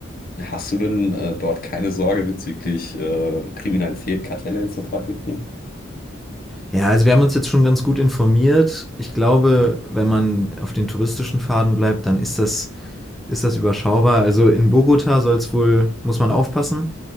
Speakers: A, on the left; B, in the centre.
A: äh, hast du denn äh, dort keine Sorge bezüglich äh, Kriminalität, Kartelle etc. pp?
B: Ja, also wir haben uns jetzt schon ganz gut informiert. Ich glaube, wenn man auf den touristischen Faden bleibt, dann ist das, ist das überschaubar. Also in Bogota soll es wohl, muss man aufpassen.